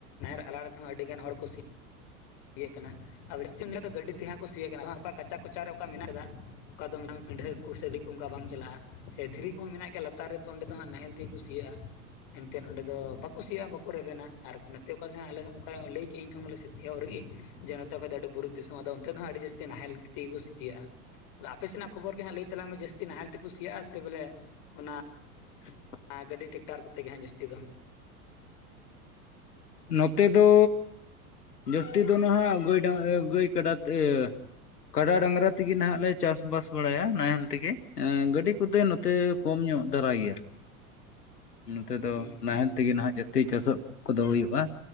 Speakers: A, on the left; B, on the left.
A: ᱱᱟᱦᱮᱞ ᱟᱲᱟᱨ ᱛᱮᱦᱚᱸ ᱟᱹᱰᱤ ᱜᱟᱱ ᱦᱚᱲ ᱠᱚ ᱥᱤ ᱥᱤᱭᱟᱹᱜ ᱠᱟᱱᱟ ᱟᱨ <unintelligible> ᱜᱟᱹᱰᱤ ᱛᱮᱦᱟᱸᱜ ᱠᱚ ᱥᱤᱭᱟᱹᱜ ᱠᱟᱱᱟ ᱚᱠᱟ ᱠᱟᱪᱟ ᱠᱚᱪᱟᱨ ᱨᱮ ᱚᱠᱟ ᱢᱮᱱᱟᱜ ᱠᱟᱫᱟ ᱚᱠᱟ ᱫᱚ ᱢᱮ ᱯᱤᱱᱰᱷᱟᱹ ᱠᱚ ᱥᱮᱰᱤ ᱠᱚ ᱚᱱᱠᱟ ᱵᱟᱝ ᱪᱟᱞᱟᱜᱼᱟ ᱥᱮ ᱫᱷᱤᱨᱤ ᱠᱚᱦᱚᱸ ᱢᱮᱱᱟᱜ ᱜᱮᱭᱟ ᱞᱟᱛᱟᱨ ᱨᱮ ᱛᱚ ᱚᱸᱰᱮ ᱫᱚ ᱦᱟᱸᱜ ᱱᱟᱦᱮᱞ ᱛᱮᱜᱮ ᱠᱚ ᱥᱤᱭᱟᱹᱜᱼᱟ ᱮᱱᱛᱮᱜ ᱚᱸᱰᱮ ᱫᱚ ᱵᱟᱠᱚ ᱥᱤᱭᱟ ᱵᱟᱠᱚ ᱨᱮᱵᱮᱱᱟ ᱟᱨ ᱱᱚᱛᱮ ᱚᱠᱟ ᱥᱮᱜ ᱦᱟᱸᱜ ᱟᱞᱮ ᱦᱚᱸ ᱚᱱᱠᱟ ᱞᱟᱹᱭ ᱠᱮᱜᱼᱟᱹᱤᱧ ᱴᱷᱩᱝᱞᱟᱹ ᱥᱮ ᱮᱦᱚᱵ ᱨᱮᱜᱮ ᱡᱮ ᱱᱚᱛᱮ ᱠᱷᱚᱡ ᱫᱚ ᱟᱹᱰᱤ ᱵᱩᱨᱩ ᱫᱤᱥᱚᱢ ᱟᱫᱚ ᱚᱱᱛᱮ ᱫᱚ ᱦᱟᱸᱜ ᱟᱹᱰᱤ ᱡᱟᱹᱥᱛᱤ ᱱᱟᱦᱮᱞ ᱛᱤᱜᱤ ᱠᱚ ᱠᱩᱥᱤᱭᱟᱜᱼᱟ ᱟᱫᱚ ᱟᱯᱮ ᱥᱮᱱᱟᱜ ᱠᱷᱚᱵᱚᱨ ᱜᱮ ᱦᱟᱸᱜ ᱞᱟᱹᱭ ᱛᱟᱞᱟᱝ ᱢᱮ ᱡᱟᱹᱥᱛᱤ ᱱᱟᱦᱮᱞ ᱛᱮᱠᱩ ᱥᱤᱭᱟᱜᱼᱟ ᱥᱮ ᱵᱚᱞᱮ ᱚᱱᱟ
B: <unintelligible>
A: ᱟᱸ ᱜᱟᱹᱰᱤ ᱴᱮᱠᱴᱟᱨ ᱠᱚᱛᱮ ᱜᱮ ᱦᱟᱸᱜ ᱡᱟᱹᱥᱛᱤ ᱫᱚ
B: ᱱᱚᱛᱮ ᱫᱚ ᱡᱟᱹᱥᱛᱤ ᱫᱚ ᱱᱟᱦᱟᱜ ᱜᱟᱹᱭ ᱰᱟᱝ ᱜᱟᱹᱭ ᱠᱟᱰᱟ ᱛᱮ ᱠᱟᱰᱟ ᱰᱟᱝᱨᱟ ᱛᱤᱜᱤ ᱱᱟᱦᱟᱜ ᱞᱮ ᱪᱟᱥ ᱵᱟᱥ ᱵᱟᱲᱟᱭᱟ ᱱᱟᱦᱮᱞ ᱛᱤᱜᱮ ᱜᱟᱹᱰᱤ ᱠᱚᱛᱮ ᱱᱚᱛᱮ ᱠᱚᱢ ᱧᱚᱜ ᱫᱷᱟᱨᱟ ᱜᱤᱭᱟ
A: <inaudible>
B: ᱱᱚᱛᱮ ᱫᱚ
A: ᱦᱩᱸ
B: ᱱᱟᱦᱮᱞ ᱛᱤᱜᱤ ᱱᱟᱦᱟᱜ ᱡᱟᱹᱥᱛᱤ ᱪᱟᱥᱚᱜ ᱠᱚᱫᱚ ᱦᱩᱭᱩᱜ ᱵᱟ